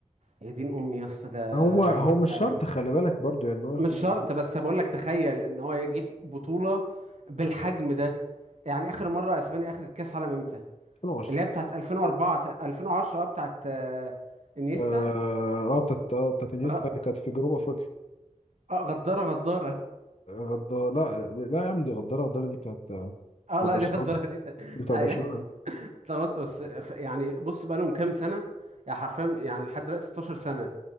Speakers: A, on the right; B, on the left.
A: يا دين امي يا اسطى ده
B: هو هو
A: هيبقى
B: مش شرط خلي بالك برضو يعني إن هو ياخد
A: مش شرط بس بقول لك تخيل ان هو يجيب بطولة بالحجم ده يعني اخر مرة اسبانيا اخذت كاس عالم امتى
B: 2010
A: اللي هي بتاعت 2004 تا- 2010 اه بتاعت آه، انيستا
B: اه آه، بتاعت اه بتاعت انيستا
A: غ-
B: اللي كانت في جنوب افريقيا
A: آه، غدارة غدارة
B: غدار لا لا يا عم دي غداره غداره دي بتاعت بتاعت
A: اه
B: برشلونه
A: لا دي غدارة دي تاني.
B: دي بتاعت
A: ايوه
B: برشلونه
A: اتلخبطت بس ف- يعني بص بقى لهم كام سنة يعني حرفيا يعني لحد دلوقتي 16 سنة